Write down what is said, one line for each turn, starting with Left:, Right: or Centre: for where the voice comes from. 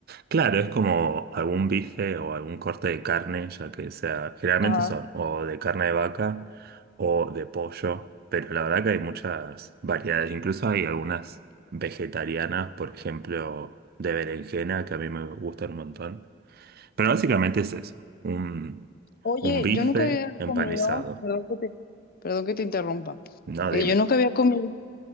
Right: Claro, es como algún bife o algún corte de carne, ya que sea, generalmente
Left: Ajá.
Right: son o de carne de vaca o de pollo, pero la verdad que hay muchas variedades, incluso hay algunas vegetarianas, por ejemplo, de berenjena, que a mí me gustan un montón. Pero básicamente es eso, un,
Left: Oye,
Right: un bife
Left: yo nunca había
Right: empanizado.
Left: comido, perdón que te, Perdón que te interrumpa.
Right: No,
Left: Eh,
Right: dime.
Left: yo nunca había comido